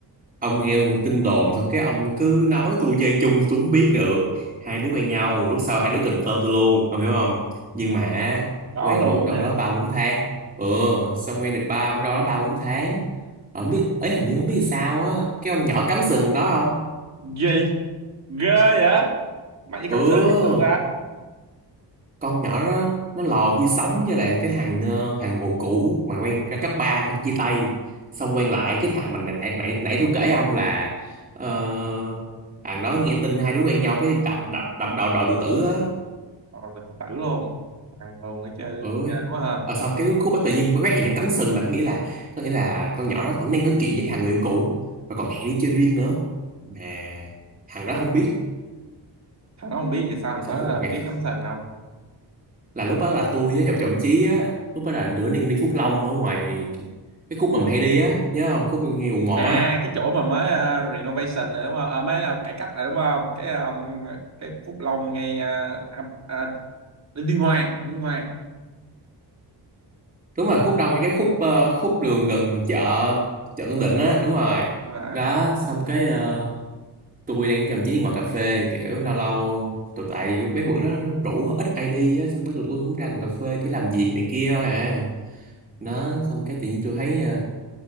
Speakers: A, on the right; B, on the right.
A: ông nghe một tin đồn xong cái ông cứ nói tôi dây chung tôi không biết được hai đứa quen nhau lúc sau hai đứa confirm tôi luôn ông hiểu không nhưng mà
B: rõ
A: quen
B: luôn
A: được đâu
B: hả
A: đó ba bốn tháng ừ xong quen được ba đâu đó ba bốn tháng không biết ấy hình như không biết sao á cái ông nhỏ cắm sừng đó không
B: gì ghê vậy mày đi cắm
A: ừ
B: sừng cắm sừng
A: con nhỏ đó nó lò khi sống với lại cái thằng ờ, thằng bồ cũ mà quen ra cấp 3 xong chia tay xong quen lại
B: đâu
A: cái thằng mình nãy nãy nãy nãy tôi kể ông là ờ, thằng đó nghe tin hai đứa quen nhau cái đập đập đập đầu đòi tự tử á
B: Rồi là tự tử luôn thằng luôn ấy chơi
A: ừ.
B: ghê quá ha
A: Ờ, xong cái lúc khúc đó tự nhiên phát hiện nó cắm sừng là có nghĩa là có nghĩa là con nhỏ đó vẫn đang nói chuyện với cái thằng người yêu cũ và còn hẹn đi chơi riêng nữa mà thằng đó không biết
B: thằng nó không biết vậy sao thằng
A: xong
B: nó
A: một
B: ờ,
A: ngày
B: biết cắm sừng không
A: là lúc đó là tôi với Ngọc Trọng Chí á lúc đó là tụi nó đang đi Phúc Long ở ngoài cái, cái khúc mà mình hay đi á nhớ không khúc ngay quận một
B: à
A: á
B: cái chỗ mà mới ờ, renovation này đúng không à, mới ờ, cải cách này đúng không cái ờ, cái Phúc Long ngay ờ, à, à, Đinh Tiên Hoàng Đinh Tiên Hoàng
A: đúng rồi khúc đông ngay cái khúc ờ, khúc đường gần chợ chợ Tân Định á đúng rồi
B: đúng rồi
A: đó xong cái ờ, tôi đang với Trọng Chí đi ngồi cà phê kiểu lâu lâu tụi tại lúc mấy bữa đó rủ ít ai đi á xong cái tụi tôi cũng ra ngồi cà phê cứ làm việc này kia thôi à nó xong cái tự nhiên tôi thấy ờ,